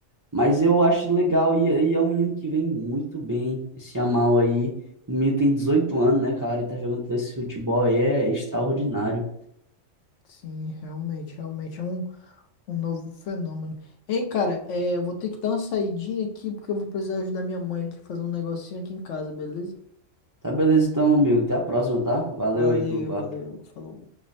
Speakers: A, on the right; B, on the left.
A: Mas eu acho legal, e, e é um menino que vem muito bem, esse Yamal aí. O menino tem 18 anos, né, cara, e tá jogando esse futebol aí, é extraordinário.
B: Sim, realmente, realmente é um, um novo fenômeno. Hein, cara, é, eu vou ter que dar uma saidinha aqui porque eu vou precisar ajudar minha mãe aqui fazer um negocinho aqui em casa, beleza?
A: Tá beleza então, amigo. Até a próxima, tá? Valeu
B: Valeu,
A: aí pelo papo.
B: valeu, falou.